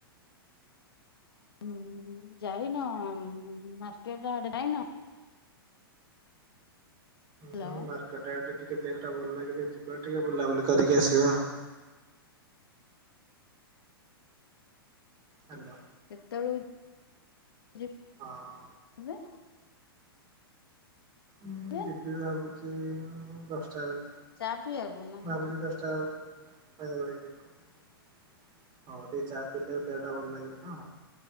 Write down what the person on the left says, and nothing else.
ହୁଁଁ। ଯାଇନ? ମାର୍କେଟ ଆଡେ ଯାଇନ? ହ୍ୟାଲୋ
କେତବେଳକୁ ଯିବା।
ଏବେ।
ଏବେ
ଚା ପିଇବାକୁ ନା
କଣ?